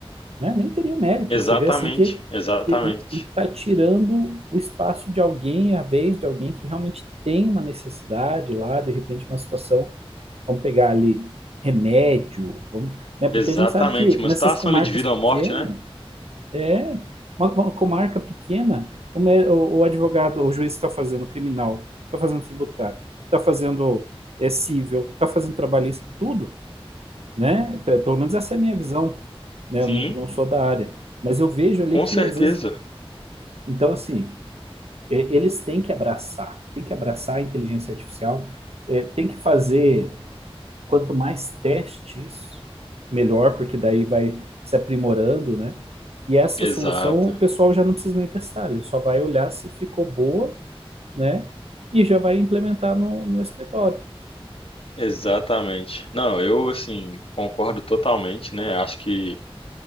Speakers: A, on the right (about 85°); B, on the left (about 65°).
A: né? Nem teriam mérito.
B: exatamente,
A: Você vê assim que,
B: exatamente.
A: que e, está tirando o espaço de alguém, a vez de alguém que realmente tem uma necessidade lá, de repente uma situação, vamos pegar ali remédio, vamos, né? Porque
B: Exatamente,
A: a gente sabe que
B: uma
A: nessas
B: situação
A: comarcas
B: ali de vida
A: pequenas
B: ou morte, né?
A: é, uma, uma comarca pequena, o, me- o- o advogado, o juiz está fazendo criminal, está fazendo tributário, está fazendo é, civil, está fazendo trabalhista, tudo, né? Pe- Pelo menos essa é a minha visão, né?
B: Sim,
A: Eu não, não sou da área, mas eu vejo ali
B: com
A: que
B: certeza.
A: às vezes, então assim, e- eles têm que abraçar, têm que abraçar a inteligência artificial, é, tem que fazer quanto mais testes, melhor, porque daí vai se aprimorando, né? E essa
B: Exato,
A: solução o pessoal já não precisa nem testar, ele só vai olhar se ficou boa, né? E já vai implementar no, no escritório.
B: exatamente. Não, eu assim concordo totalmente, né? Acho que